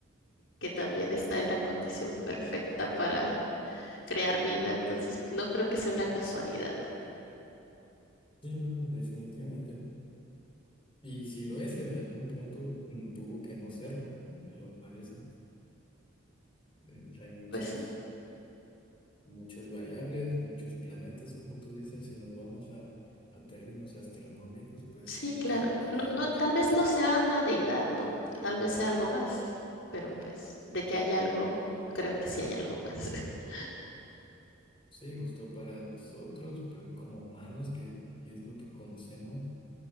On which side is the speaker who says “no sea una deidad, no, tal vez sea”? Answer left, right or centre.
Left